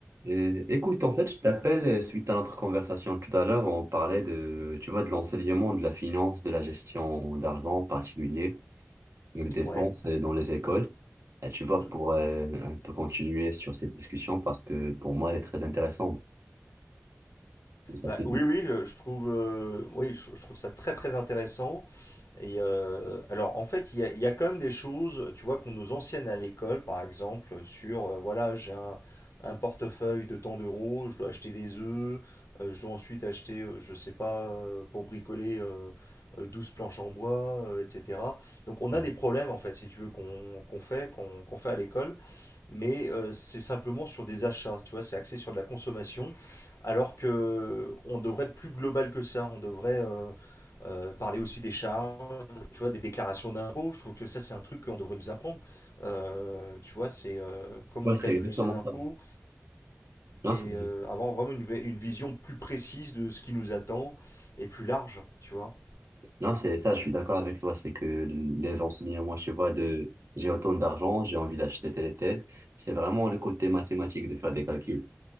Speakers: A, on the right; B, on the left.
A: Euh, écoute, en fait, je t'appelle euh, suite à notre conversation tout à l'heure. On parlait de, tu vois, de l'enseignement, de la finance, de la gestion d'argent en particulier, des dépenses
B: Ouais.
A: euh, dans les écoles. Et tu vois,
B: Mhm.
A: pour euh, un peu continuer sur cette discussion parce que pour moi, elle est très intéressante. Ça
B: Bah,
A: te dit?
B: oui, oui, je, je trouve, euh, oui, je, je trouve ça très très intéressant. Et euh, alors, en fait, il y a, il y a quand même des choses, tu vois, qu'on nous enseigne à l'école, par exemple, sur, euh, voilà, j'ai un, un portefeuille de tant d'euros, je dois acheter des œufs, euh, je dois ensuite acheter, euh, je sais pas, euh, pour bricoler euh, euh, 12 planches en bois, euh, etc. Donc, on
A: Mhm.
B: a des problèmes, en fait, si tu veux, qu'on qu'on fait, qu'on qu'on fait à l'école. mais euh, c'est simplement sur des achats, tu vois, c'est axé sur de la consommation, alors que on devrait être plus global que ça, on devrait euh, euh, parler aussi des charges, tu vois, des déclarations d'impôts, je trouve que ça c'est un truc qu'on devrait nous apprendre, Euh, tu vois, c'est euh, comment
A: Ouais,
B: on
A: c'est
B: calcule
A: exactement
B: ses impôts,
A: ça. Non,
B: et
A: c'est
B: euh, avoir vraiment une, vi- une vision plus précise de ce qui nous attend, et plus large, tu vois.
A: non, c'est ça, je suis d'accord avec toi. C'est que les enseignements, tu vois, de j'ai autant d'argent, j'ai envie d'acheter tel et tel, c'est vraiment le côté mathématique de faire des calculs.